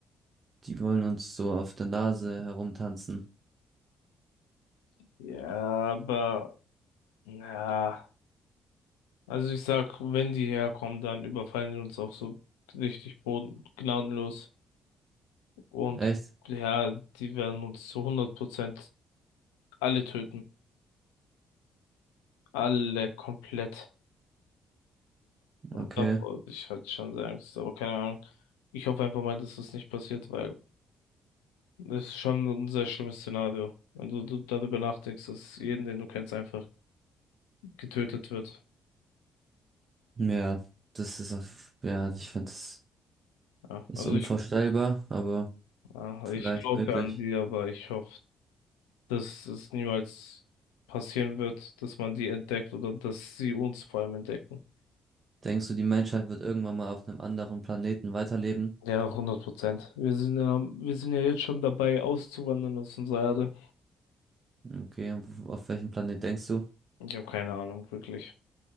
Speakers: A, on the right (about 40°); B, on the left (about 75°).
A: Die wollen uns so auf der Nase herumtanzen.
B: Ja, aber. Ja, also ich sag, wenn die herkommen, dann überfallen die uns auch so richtig boden gnadenlos. Und
A: Echt?
B: ja, die werden uns zu hundert Prozent alle töten. Alle komplett. Und
A: Okay.
B: davor hab ich hatte schon sehr Angst, aber keine Ahnung. Ich hoffe einfach mal, dass das nicht passiert, weil das ist schon ein sehr schlimmes Szenario. Wenn du, du darüber nachdenkst, dass jeden, den du kennst, einfach getötet wird.
A: Ja, das ist auf, ja, ich finde, das
B: Ja,
A: ist
B: also
A: unvorstellbar,
B: ich,
A: aber
B: ja,
A: vielleicht
B: ich glaube
A: möglich.
B: an die, aber ich hoffe, dass es niemals passieren wird, dass man die entdeckt oder dass sie uns vor allem entdecken.
A: Denkst du, die Menschheit wird irgendwann mal auf einem anderen Planeten weiterleben?
B: Ja, hundert Prozent. Wir sind ja, wir sind ja jetzt schon dabei, auszuwandern aus unserer Erde.
A: Okay, und w- auf welchen Planet denkst du?
B: Ich habe keine Ahnung, wirklich.